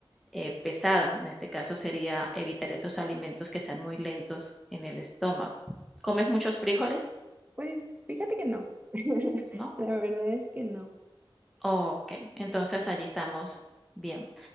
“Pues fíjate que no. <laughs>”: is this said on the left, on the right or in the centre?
Right